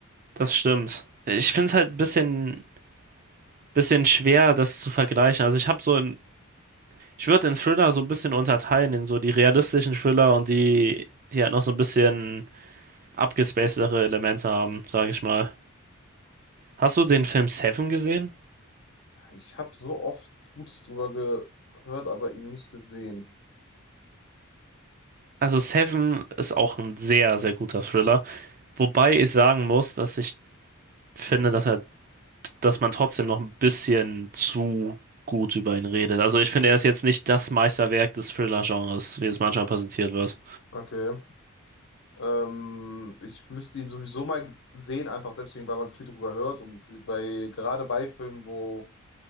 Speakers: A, on the right; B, on the left.
A: das stimmt. Ich finde es halt ein bisschen, bisschen schwer, das zu vergleichen. Also ich habe so im, ich würde den Thriller so ein bisschen unterteilen in so die realistischen Thriller und die, die halt noch so ein bisschen abgespacedere Elemente haben, sage ich mal. Hast du den Film Seven gesehen?
B: Ich habe so oft Gutes drüber gehört, aber ihn nicht gesehen.
A: Also Seven ist auch ein sehr, sehr guter Thriller. Wobei ich sagen muss, dass ich finde, dass er, dass man trotzdem noch ein bisschen zu gut über ihn redet. Also ich finde, er ist jetzt nicht das Meisterwerk des Thriller-Genres, wie es manchmal präsentiert wird.
B: Okay. Ähm, ich müsste ihn sowieso mal sehen, einfach deswegen, weil man viel drüber hört und bei gerade bei Filmen, wo